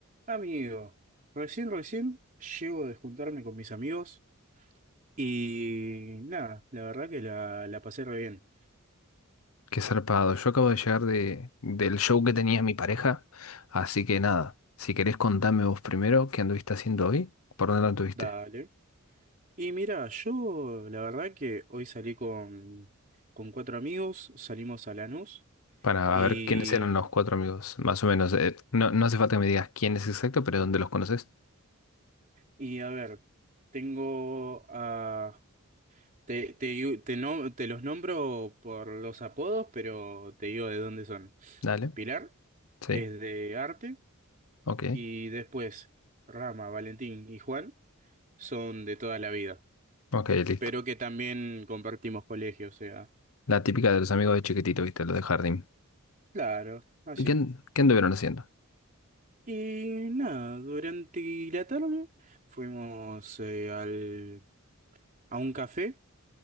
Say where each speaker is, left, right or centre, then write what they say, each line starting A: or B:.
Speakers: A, on the right; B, on the left.
A: Amigo, recién, recién llego de juntarme con mis amigos y nada, la verdad que la, la pasé re bien.
B: Qué zarpado. Yo acabo de llegar de, del show que tenía mi pareja. Así que nada, si querés contame vos primero qué anduviste haciendo hoy, por dónde anduviste,
A: Dale. Y mira, yo la verdad que hoy salí con, con cuatro amigos, salimos a Lanús
B: para
A: y,
B: ver quiénes eran los cuatro amigos, más o menos. Eh, no, no hace falta que me digas quién es exacto, pero dónde los conoces.
A: y a ver, tengo a... Te, te, digo- te, no- te los nombro por los apodos, pero te digo de dónde son.
B: Dale.
A: Pilar
B: Sí.
A: es de arte
B: Ok.
A: y después Rama, Valentín y Juan. son de toda la vida,
B: Ok, listo.
A: pero que también compartimos colegio, o sea,
B: La típica de los amigos de chiquitito, viste, los de jardín.
A: claro, así.
B: ¿Y qué, an- qué anduvieron haciendo?
A: Y nada, durante la tarde fuimos eh, al, a un café